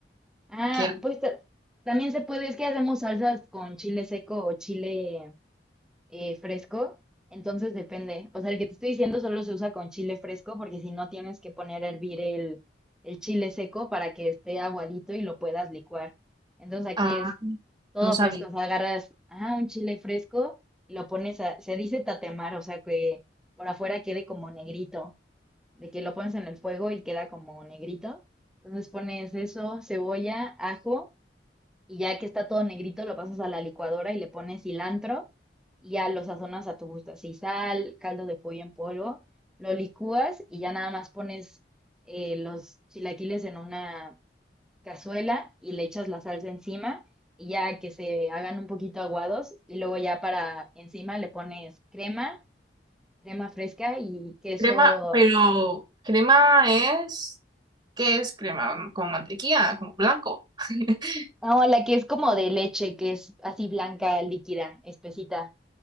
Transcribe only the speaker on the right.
que era-
ah,
no sabía.
Crema, pero crema es, ¿qué es crema? Con mantequilla, como blanco. <laughs>